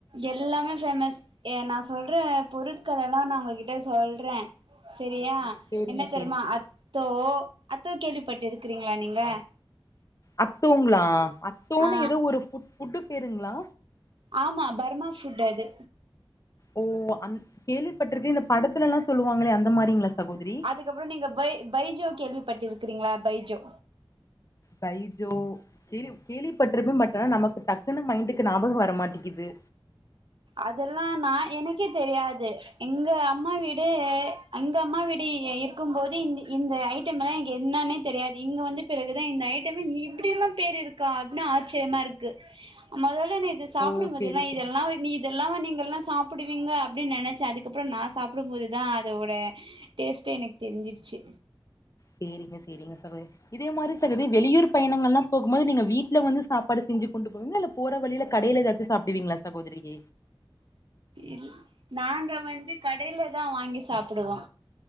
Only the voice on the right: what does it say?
எல்லாமே ஃபேமஸ் ஏ நா சொல்ற பொருட்களெல்லாம் நா ஒங்ககிட்ட சொல்றேன் சரியா
என்ன
தெருமா அத்தோ அத்தோ கேள்விப்பட்டு இருக்கிறீங்களா நீங்க
ஆ
ஆமா பர்மா ஃபுட் அது
அதுக்கப்புறம் நீங்க பை பைஜோ கேள்விப்பட்டுருக்கிறீங்களா பைஜோ
அதெல்லா நான் எனக்கே தெரியாது எங்க அம்மா வீடு அங்க அம்மா வீடு இருக்கும்போது இந் இந்த ஐட்டம் எல்லாம் எனக் என்னானே தெரியாது இங்க வந்து பிறகுதான் இந்த ஐட்டம்மே இப்டி எல்லாம் பேர் இருக்கா அப்டின் ஆச்சரியமா இருக்கு முதல்ல இது
ப்புடுபோதெல்லா
இதெல்லா
நீ இதெல்லாமா நீங்க எல்லாம் சாப்புடுவீங்க அப்டின்னு நெனச்சே அதுக்கப்புறம் நா சாப்டும்போதுதா அதோட டேஸ்டே எனக்கு தெரிஞ்சிர்ச்சு
இல் நாங்க வந்து கடையில தான் வாங்கி சாப்புடுவோ